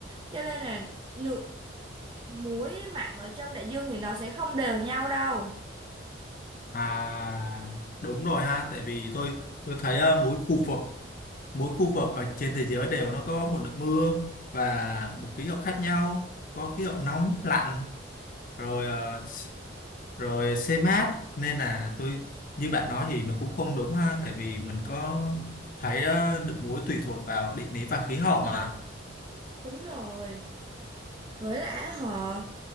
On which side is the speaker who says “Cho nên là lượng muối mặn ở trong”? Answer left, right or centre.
Right